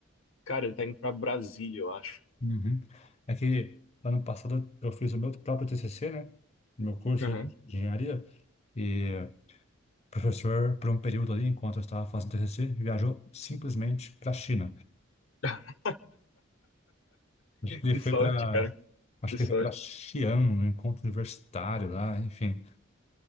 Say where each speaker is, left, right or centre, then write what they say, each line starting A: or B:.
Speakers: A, on the left; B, on the left.
A: Cara, ele tá indo pra Brasília, eu acho.
B: Uhum. É que ano passado eu fiz o meu próprio TCC, né? No meu curso
A: Aham.
B: aí de engenharia. E o professor, por um período ali, enquanto eu estava fazendo TCC, viajou simplesmente para a China.
A: <laughs>
B: Acho que ele
A: Que
B: foi
A: sorte,
B: para,
A: cara.
B: acho
A: Que
B: que
A: sorte.
B: ele foi para Xi'an, um encontro universitário lá, enfim,